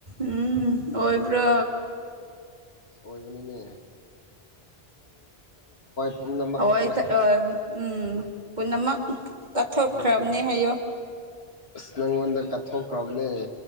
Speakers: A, on the right; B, on the left.
A: ꯎꯝ ꯑꯣꯏꯣꯏꯕ꯭ꯔꯣ
B: ꯑꯩꯣꯏꯕꯅꯤꯅꯦ ꯄꯨꯝꯅꯃꯛꯅ
A: ꯎꯝ <inaudible> <unintelligible> ꯍꯣꯏ ꯑ ꯎꯝ ꯄꯨꯟꯅꯃ ꯀꯠꯊꯣꯛꯈ꯭ꯔꯕꯅꯦ
B: ꯎꯝ
A: ꯍꯥꯏꯌꯣ
B: ꯑꯁ ꯅꯪꯉꯣꯟꯗ ꯀꯠꯊꯣꯛꯈ꯭ꯔꯕꯅꯦ